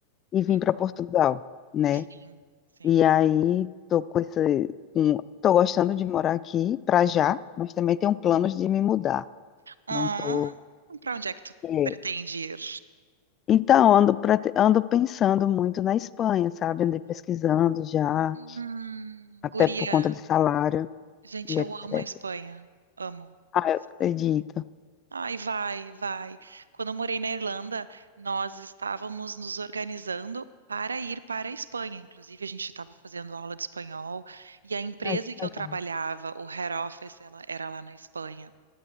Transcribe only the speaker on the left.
e vim
para Portugal, né?
E aí tô com esse, um- tô gostando de morar aqui para já, mas também tenho planos de me mudar.
Não tô.
é.
Então ando prete- ando pensando muito na Espanha, sabe? Andei pesquisando já,
até
por conta de salário
e
etc.
Ah, eu
acredito.
Ai, que
legal.